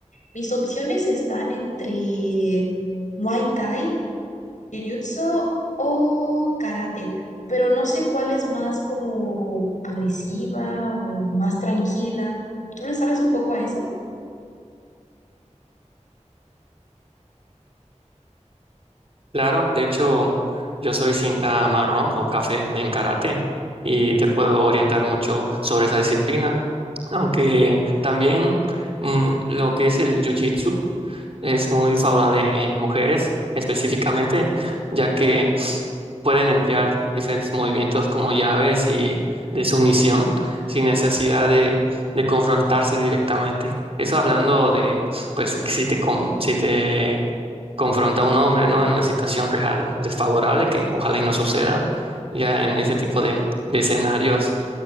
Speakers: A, on the left; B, on the right.
A: Mis opciones están entre Muay Thai, Jiu-Jitsu o Karate, pero no sé cuál es más como agresiva o más tranquila. ¿Tú le sabes un poco a eso?
B: Claro, de hecho, yo soy cinta marrón o café en karate y te puedo orientar mucho sobre esa disciplina. Aunque también mm, lo que es el jiu-jitsu es muy favorable en mujeres específicamente, ya que pueden emplear diferentes movimientos como llaves y de sumisión sin necesidad de, de confrontarse directamente. Eso hablando de, pues, si te, con- si te confronta un hombre, ¿no? En una situación real desfavorable, que ojalá y no suceda. Ya en ese tipo de, de escenarios,